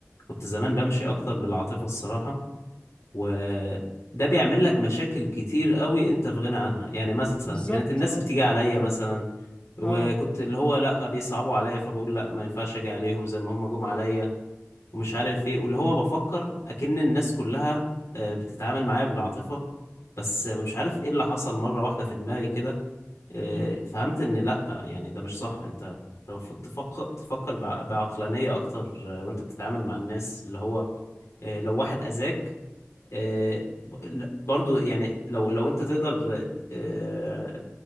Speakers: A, on the left (about 70°); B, on the left (about 20°).
A: كنت زمان بمشي اكتر بالعاطفة الصراحة وده بيعمل لك مشاكل كتير قوي انت في غنى عنها يعني مثلا
B: بالظبط
A: كانت الناس
B: اه
A: بتيجي عليا مثلا وكنت
B: اه
A: اللي هو لا بيصعبوا عليا فبقول لا ما ينفعش اجي عليهم زي ما هم جم عليا ومش عارف ايه واللي هو بفكر اكن الناس كلها آه، بتتعامل معايا بالعاطفة بس مش عارف ايه اللي حصل مرة واحدة في دماغي كده آه،
B: مم.
A: فهمت ان لا يعني ده مش صح انت انت المفروض تفكر تفكر بع- بعقلانية اكتر آه، وانت بتتعامل مع الناس اللي هو آه، لو واحد اذاك آه، ب- لا- برضو يعني لو لو انت تقدر آه،